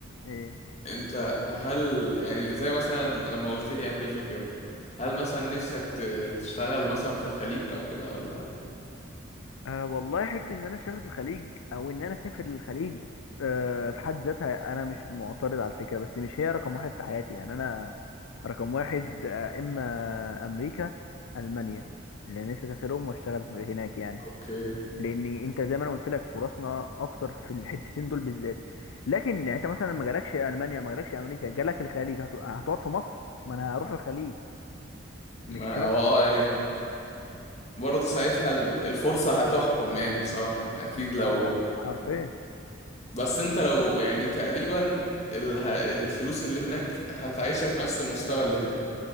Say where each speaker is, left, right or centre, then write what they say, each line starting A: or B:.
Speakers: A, on the left; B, on the left.
A: ايه
B: انت هل يعني زي مثلا لما قلت لي امريكا كده هل مثلا نفسك ت- تشتغل مثلا في الخليج او كده ولا
A: آه والله حته ان انا اشتغل في الخليج او ان انا اسافر للخليج آه في حد ذاتها انا مش معترض على الفكره بس مش هي رقم واحد في حياتي يعني انا رقم واحد آه اما امريكا المانيا لان نفسي اسافرهم واشتغل هناك يعني
B: اوكي
A: لان انت زي ما انا قلت لك فرصنا اكتر في الحتتين دول بالذات لكن يعني انت مثلا ما جالكش المانيا ما جالكش امريكا جالك الخليج هت- هتقعد في مصر ما انا هروح الخليج
B: ما
A: مش شرط
B: هو اه ايه برضه ساعتها ال- الفرصة هتحكم يعني بصراحة ان اكيد
A: م،
B: لو
A: ده حرفيا
B: بس انت لو يعني تقريبا ال- ه- الفلوس اللي هناك هتعيشك نفس المستوى اللي هنا